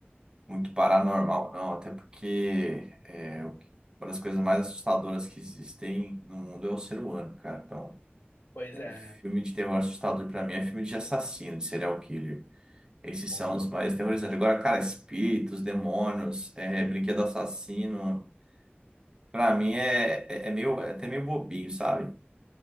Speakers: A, on the right; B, on the left.
A: muito paranormal, não, até porque é, o que- uma das coisas mais assustadoras que existem no mundo é o ser humano, cara. Então,
B: Pois
A: é,
B: é, né?
A: filme de terror assustador pra mim é filme de assassino, de serial killer. Esses
B: Porra.
A: são os mais terrorizantes. Agora, cara, espíritos, demônios, é, brinquedo assassino, pra mim é, é, é meio, é até meio bobinho, sabe?